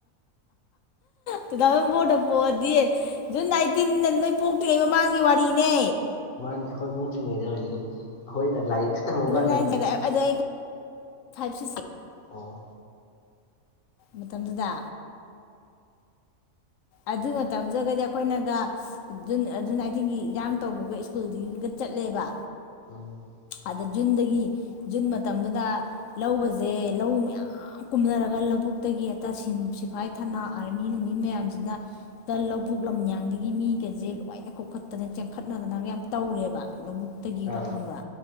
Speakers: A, on the left (about 70°); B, on the left (about 45°).
A: ꯇꯨ ꯊꯥꯎꯖꯟ ꯐꯣꯔꯗ ꯄꯣꯛꯑꯗꯤ ꯖꯨꯟ ꯑꯥꯏꯇꯤꯟꯗ ꯅꯣꯏ ꯄꯣꯛꯇ꯭ꯔꯤꯉꯩ ꯃꯃꯥꯡꯒꯤ ꯋꯥꯔꯤꯅꯦ
B: ꯃꯥꯅꯤ ꯑꯩꯈꯣꯏ ꯄꯣꯛꯇ꯭ꯔꯤꯉꯩꯗ ꯑꯣꯏꯗꯣꯏꯅꯤ ꯑꯩꯈꯣꯏꯅ ꯂꯥꯏꯔꯤꯛ ꯇꯝꯍꯧ
A: ꯑꯗꯨꯅꯦ
B: ꯀꯥꯟꯗ
A: ꯍꯥꯏꯖꯦ ꯅ ꯑꯗꯨ ꯑꯩ ꯀꯩ ꯐꯥꯏꯚ ꯁꯤꯁ ꯁꯦ
B: ꯑꯣ
A: ꯃꯇꯝꯗꯨꯗ ꯑꯗꯨ ꯃꯇꯝꯗꯨꯒꯗꯤ ꯑꯈꯣꯏꯅꯒ ꯖꯨꯟ ꯖꯨꯟ ꯑꯥꯏꯇꯤꯡꯒꯤ ꯏꯔꯥꯡ ꯇꯧꯕꯒ ꯁ꯭ꯀꯨꯜꯗꯨꯒꯤꯒ ꯆꯠꯂꯦꯕ
B: <unintelligible>
A: ꯑꯗꯥ ꯖꯨꯟꯗꯒꯤ ꯖꯨꯟ ꯃꯇꯝꯗꯨꯗ ꯂꯧꯒꯖꯦ ꯂꯧ ꯃꯌꯥꯝ ꯌꯥꯝ ꯀꯨꯝꯅꯔꯒ ꯂꯧꯕꯨꯛꯇꯒꯤ ꯍꯦꯛꯇꯥ ꯁꯤꯟ ꯁꯤꯐꯥꯏ ꯊꯅꯥ ꯑꯥꯔꯃꯤ ꯅꯨꯡꯃꯤ ꯃꯌꯥꯝꯖꯤꯅ ꯇ ꯂꯧꯕꯨꯛ ꯂꯝꯌꯥꯡꯗꯒꯤ ꯃꯤꯒꯖꯦ ꯂꯣꯏꯅ ꯀꯧꯈꯠꯇꯅ ꯆꯦꯟꯈꯠꯅꯗꯅꯒ ꯌꯥꯝ ꯇꯧꯔꯦꯕ ꯂꯧꯕꯨꯛ ꯇꯒꯤ
B: ꯑꯥ
A: ꯒꯥ ꯈꯪꯕ꯭ꯔ